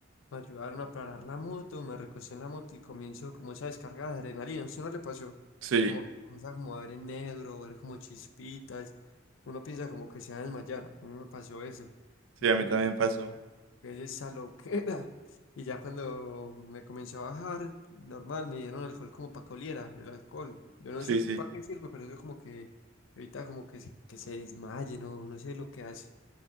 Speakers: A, on the left; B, on the right.
A: me ayudaron a parar la moto, me recosté en la moto y comienzo como esa descarga de adrenalina, ¿usted no le pasó?
B: Sí,
A: Como comienza como a ver en negro, ver como chispitas, uno piensa como que se va a desmayar, a mí me pasó eso.
B: sí,
A: Yo,
B: a mí
A: uy,
B: también pasó.
A: es esa loquera. <laughs> Y ya cuando me comenzó a bajar, normal, me dieron alcohol como para que oliera, el alcohol. Yo no
B: Sí,
A: sé
B: sí.
A: para qué sirve, pero eso como que evita como que, se- que se desmaye, no, no sé lo que hace.